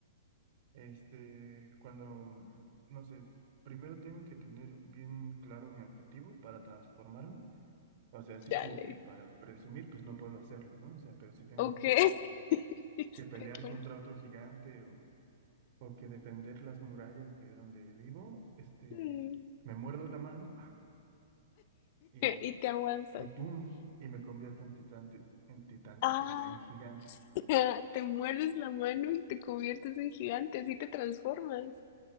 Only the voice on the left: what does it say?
Chale.
Ok.
<laughs> Este
Juan.
<laughs>
Y te aguantas.
Ah,
<laughs> te muerdes la mano y te conviertes en gigante, así te transformas.